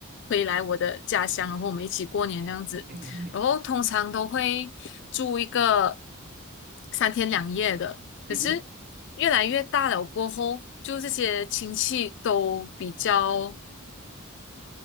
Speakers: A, on the left; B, on the right.
A: 回来我的家乡，然后我们一起过年这样子，
B: 嗯哼，
A: 然后通常都会住一个三天两夜的，可是
B: 嗯哼，嗯哼，
A: 越来越大了过后，就这些亲戚都比较。